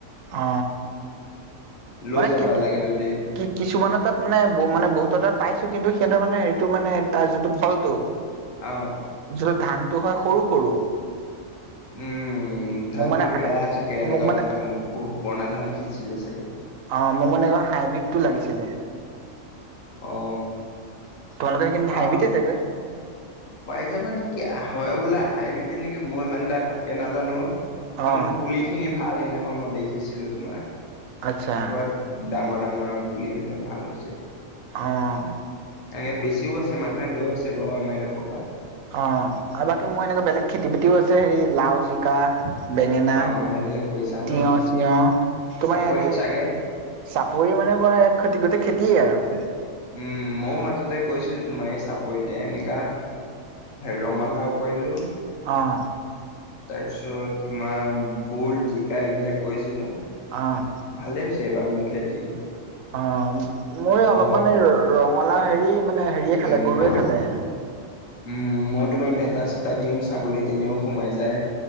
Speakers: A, on the right (about 80°); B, on the left (about 75°).
A: অ
B: লৈ
A: মানে
B: যাবা
A: কি কি কি
B: লাগে যদি
A: কিছুমানৰ তাত মানে মানে বহুত তাত পাইছো কিন্তু সিহঁতৰ মানে হেৰিটো মানে তাৰ যোনটো ফলটো
B: অ
A: যিটো ধানতটো হয় সৰু সৰু
B: উম ধানতো
A: মোক মানে
B: বেয়া চাগে এনেকুৱা
A: মোক মানে
B: বহুত পুৰণা ধান সিচিলে চাগে
A: অ মোক মানে এখন হাইব্ৰীড টো লাগিছিলে
B: অ
A: তোমালোকেেইখিনি
B: পাৰ
A: হাঁহিতে চাগৈ
B: পাই যাবা নেকি ওলাই আহিবিতিয়া নেকি মই ইমান তাই ভালকে নাজানো কিন্তু
A: অ
B: পুলি খিনি ভাল সিদিনাখন মই দেখিছিলো তোমাৰ
A: আচ্ছা
B: প ডাঙৰ ডাঙৰ আৰু পুলি এইবিলাক ভাল হৈছে
A: আহ
B: এনেকে বেছিও আছে মানুহে লৈ আছে বাৰু আমাৰ এইডোখৰ পৰা
A: অ আৰু বাকী মোৰ এনেকুৱা বেলেগ খেতি বাতিও আছে হেৰি লাও জিকা বেঙেনা
B: অ সেইবিলাক কৰিছা ন
A: তিয়হ চতিয়হ তোমাৰ
B: চাপৰিত
A: এনে
B: চাগে
A: চাপৰি মানে বৰা ই খতি গোটেই খেতিয়ে আৰু
B: উম ময়ও মাজতে কৈছিলো তোমাৰ এই চাপৰিতে এনেককাা ৰঙালাও কৰিলো
A: অঁ
B: তাৰপিছত তোমাৰ ভুল জিকা এইবিলাক কৰিছিলো
A: অহ
B: ভালে হৈছে এইবাৰ মোৰ খেতি
A: অ মই অলপ
B: ঘৰ
A: মানে ৰঙালা হেৰি মানে হেৰিয়ে খালে
B: উম
A: গৰুয়ে খালে
B: উম মই তোমাৰ ভেটা চেটা দিওঁ ছাগলী তেনেও সোমাই যায়